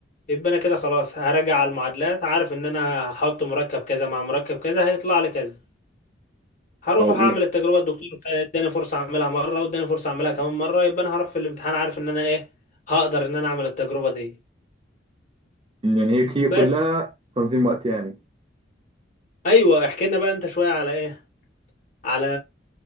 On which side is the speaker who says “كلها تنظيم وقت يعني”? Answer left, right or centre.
Right